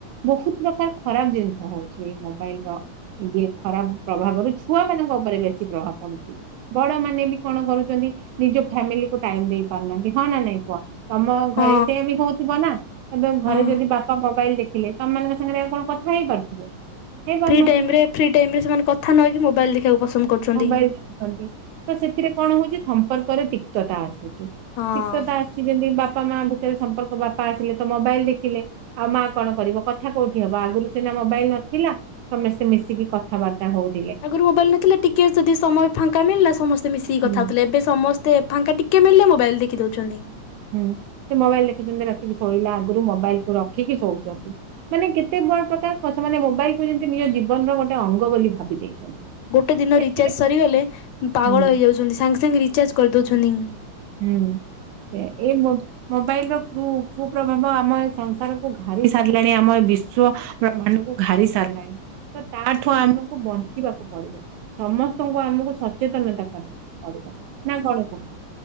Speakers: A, on the right; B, on the left.
A: ବହୁତ ପ୍ରକାର ଖରାପ ଜିନିଷ ହଉଛି ଏଇ ମୋବାଇଲ ର ଇଏ ଖରାପ ପ୍ରଭାବ ର ଛୁଆ ମାନଙ୍କ ଉପରେ ବେଶୀ ପ୍ରଭାବ ପଡୁଛି। ବଡ ମାନେ ବି କଣ କରୁଛନ୍ତି ନିଜ ଫ୍ୟାମିଲିକୁ ଟାଇମ ଦେଇ ପାରୁନାହାନ୍ତି ହଁ ନା ନାଇଁ କୁହ? ତମ
B: ହଁ
A: ଘରେ ସେ ବି ହଉଥିବ ନା ଏବେ
B: ହଁ
A: ଘରେ ଯଦି ବା ମୋବାଇଲ ଦେଖିଲେ ତମମାନଙ୍କ ସାଙ୍ଗରେ ଆଉ କଣ କଥା ହେଇ ପାରୁଥିବେ? ହେଇ ପାରୁନଥିବେ।
B: ଫ୍ରି ଟାଇମରେ ଫ୍ରି ଟାଇମ ରେ ସେମାନେ କଥା ନହେକି ମୋବାଇଲ ଦେଖିବାକୁ ପସନ୍ଦ କରୁଛନ୍ତି।
A: ମୋବାଇଲ ତ ସେଥିରେ କଣ ହଉଛି ସମ୍ପର୍କରେ ତିକ୍ତତା ଆସୁଛି
B: ହଁ
A: ତିକ୍ତତା ସେ ଯେମିତି ବାପା ମା ଭିତରେ ସମ୍ପର୍କ ବାପା ଆସିଲେ ତ ମୋବାଇଲ ଦେଖିଲେ ଆଉ ମା କଣ କରିବ କଥା କୋଉଠି ହବ ଆଗରୁ ସିନା ମୋବାଇଲ ନଥିଲା ସମସ୍ତେ ମିଶିକି କଥାବାର୍ତ୍ତା ହଉଛି
B: ଆଗରୁ ମୋବାଇଲ ନଥିଲା ଟିକେ ଯଦି ସମୟ ଫାଙ୍କା ମିଳିଲା ସମସ୍ତେ ମିଶିକି
A: ହୁଁ
B: କଥା ହଉଥିଲେ ଏବେ ସମସ୍ତେ ଫାଙ୍କା ଟିକେ ମିଳିଲେ ମୋବାଇଲ ଦେଖିଦଉଛନ୍ତି।
A: ହୁଁ ସେ ମୋବାଇଲ ଦେଖୁଛନ୍ତି ରାତିକ ଶୋଇଲା ଆଗରୁ ମୋବାଇଲ କୁ ରଖିକି ଶୋଉଛନ୍ତି। ମାନେ କେତେ ବଡ ପ୍ରକାର ସେମାନେ ମୋବାଇଲ କୁ ଯେମିତି ନିଜ ଜୀବନର ଗୋଟେ ଅଙ୍ଗ ବୋଲି ଭାବି ଦେଇଛନ୍ତି।
B: ଗୋଟେ ଦିନ
A: ଏତେ
B: ରିଚାର୍ଜ ସରିଗଲେ ପାଗଳ
A: ହୁଁ
B: ହେଇଯାଉଛନ୍ତି। ସାଙ୍ଗେ ସାଙ୍ଗେ ରିଚାର୍ଜ କରିଦଉଛନ୍ତି।
A: ହୁଁ ସେ ଏ ମୁ ମୋବାଇଲ ର କୁ କୁପ୍ରଭାବ ଆମ ଏ ସଂସାରକୁ ଘାରି ସାରିଲାଣି ଆମ ଏ ବିଶ୍ଵ ବ୍ରହ୍ଣଙ୍କୁ ଘାରି ସାରିଲାଣି। ତ ତାଠୁ ଆମକୁ ବଞ୍ଚିବାକୁ ପଡିବ ସମସ୍ତଙ୍କୁ ଆମକୁ ସଚେତନତା କରିବାକୁ ପଡିବ। ନା କଣ କୁହ?